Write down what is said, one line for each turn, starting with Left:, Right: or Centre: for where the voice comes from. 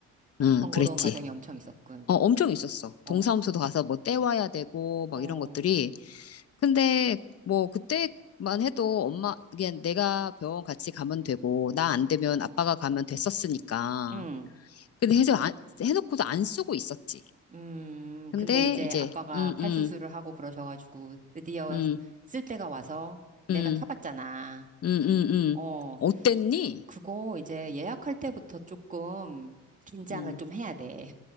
Left: 응,
Right: 번거로운
Left: 그랬지.
Right: 과정이 엄청 있었군.
Left: 어, 엄청 있었어.
Right: 어,
Left: 동사무소도 가서 뭐 떼와야 되고 막
Right: 어,
Left: 이런 것들이. 근데 뭐 그때만 해도 엄마, 그냥 내가 병원 같이 가면 되고 나 안
Right: 음,
Left: 되면 아빠가 가면 됐었으니까.
Right: 음,
Left: 근데 해서 안, 해놓고도 안 쓰고 있었지.
Right: 음,
Left: 근데
Right: 근데 이제
Left: 이제,
Right: 아빠가
Left: 응,
Right: 팔수술을
Left: 응,
Right: 하고 그러셔가지고 드디어
Left: 응,
Right: 쓸 때가 와서 내가
Left: 응,
Right: 타봤잖아.
Left: 응, 응, 응.
Right: 어,
Left: 어땠니?
Right: 그거 이제 예약할 때부터 조금 긴장을
Left: 음.
Right: 좀 해야 돼.